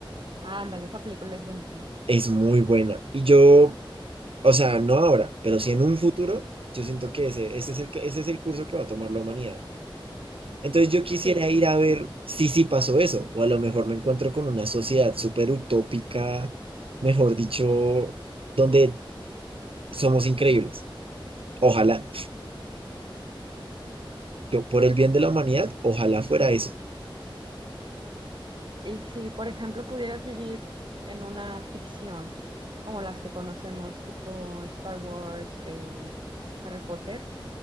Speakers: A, on the right; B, on the right.
A: Ah, ándale, esa película es buenísima.
B: es muy buena. Y yo, o sea, no ahora, pero sí en un futuro, yo siento que ese, ese es el, ese es el curso que va a tomar la humanidad. Entonces yo quisiera
A: Sí.
B: ir a ver si sí pasó eso, o a lo mejor me encuentro con una sociedad súper utópica, mejor dicho, donde somos increíbles. Ojalá, yo por el bien de la humanidad, ojalá fuera eso.
A: Y si, por ejemplo, pudieras vivir en una ficción, como las que conocemos, tipo Star Wars, eh, Harry Potter,